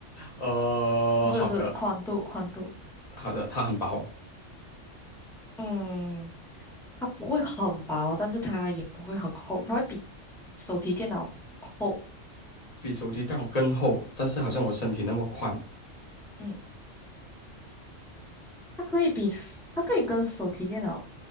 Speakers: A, on the left; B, in the centre.
A: 呃，
B: <laughs> 不是不是宽度宽度，
A: 好的好的，它很薄，
B: 嗯，它不会很薄，但是它也不会很厚，它会比手提电脑厚，
A: 比手机电脑更厚，但是好像我身体那么宽，
B: 嗯，它可以比它可以跟手提电脑